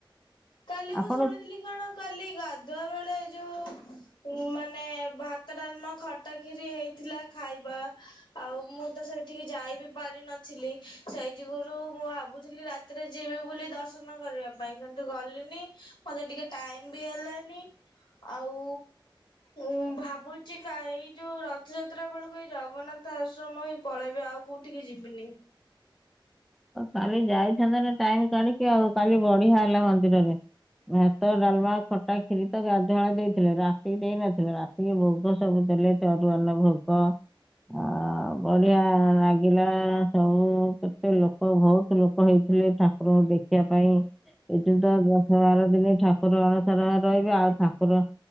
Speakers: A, on the left; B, in the centre.
A: କାଲି
B: ଆପଣ
A: ମୁଁ ଶୁଣିଥିଲି କଣ କାଲି ଗାଧୁଆ ବେଳେ ଯୋଉ ଉଁ ମା ନେ ଭାତ ଡାଲମା ଖଟା ଖିରି ହେଇଥିଲା ଖାଇବା ଆଉ ମୁଁ ତ ସେ ଟିକେ ଯାଇ ବିି ପାରିିନଥିଲି ସେଇ ଯୁଗୁରୁ ମୁଁ ଭାବୁ ଥିଲି ରାତିରେ ଯିବି ବୋଲି ଦର୍ଶନ କରିବା ପାଇଁକା। ତ ଗଲିନି ମତେ ଟିକେ ଟାଇମ୍ ବି ହେଲାନି ଆଉ ଉଁ ଭାବୁଚି କା ଏଇ ଯୋଉ ରଥଯାତ୍ରା ବେଳୁକୁ ଏଇ ଜଗନ୍ନାଥ ଆଶ୍ରମ ହିଁ ପଳେଇବି ଆ ଆଉ କୋଉଠିକି ଯିବିନି।
B: କାଲି ଯାଇଥାନ୍ତେ ନାଁ ଟାଇମ୍ କାଢି଼କି ଆଉ କାଲି ବଢ଼ିଆ ହେଲା ମନ୍ଦିରରେ। ଭାତ ଡାଲମା ଖଟା କ୍ଷୀରି ତ ଗାଧୁଆଳେ ଦେଇଥିଲେ ରାତିକି ଦେଇନଥିଲେ ରାତିକି ଭୋଗ ସବୁ ଦେଲେ। ସେ ଅରୁଆ ଅନ୍ନ ଭୋଗ ଆ ବଢ଼ିଆ ଲାଗିଲା । ସେ ଲୋକ ଭୋଉତୁ ଲୋକ ହେଇଥିଲେ ଠାକୁରଙ୍କୁ ଦେଖିବା ପାଇଁ । ଏଠି ତ ଦଶ ବାର ଦିନି ଠାକୁର ଅଣସର ହରେ ରହିବେ ଆଉ ଠାକୁର